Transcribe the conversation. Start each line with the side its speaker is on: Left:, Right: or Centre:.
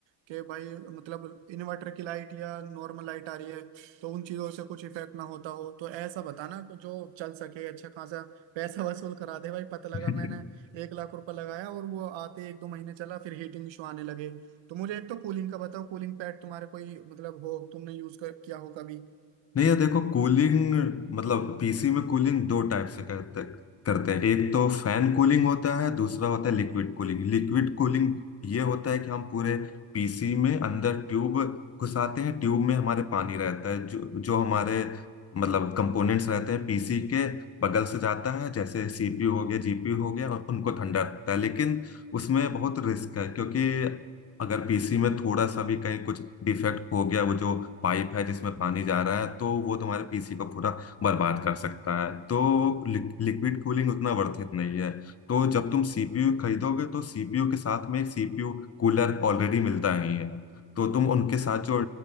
Right: कि भाई मतलब इन्वर्टर की लाइट या नॉर्मल लाइट आ रही है तो उन चीजों से कुछ इफेक्ट ना होता हो तो ऐसा बताना कि जो चल सके अच्छा खासा पैसा <laughs> वसूल करा दे भाई पता लगा
Left: <laughs>
Right: मैंने एक लाख रुपए लगाया और वो आते एक दो महीने चला फिर हीटिंग इशू आने लगे तो मुझे एक तो कूलिंग का बताओ कूलिंग पैड तुम्हारे कोई मतलब हो तुमने यूज कर किया हो कभी
Left: नहीं ये देखो कूलिंग मतलब पीसी में कूलिंग दो टाइप से करते करते हैं एक तो फैन कूलिंग होता है दूसरा होता है लिक्विड कूलिंग लिक्विड कूलिंग ये होता है कि हम पूरे पीसी में अंदर ट्यूब घुसाते हैं ट्यूब में हमारे पानी रहता है जो जो हमारे मतलब कंपोनेंट्स रहते हैं पीसी के बगल से जाता है जैसे सीपीयू हो गया जीपीयू हो गया और उनको ठंडा रखता है लेकिन उसमें बहुत रिस्क है क्योंकि अगर पीसी में थोड़ा सा भी कहीं कुछ डिफेक्ट हो गया वो जो पाइप है जिसमें पानी जा रहा है तो वो तुम्हारे पीसी को पूरा बर्बाद कर सकता है तो लिक्विड कूलिंग उतना वर्थ इट नहीं है तो जब तुम सीपीयू खरीदोगे तो सीपीयू के साथ में एक सीपीयू कूलर ऑलरेडी मिलता ही है तो तुम उनके साथ जो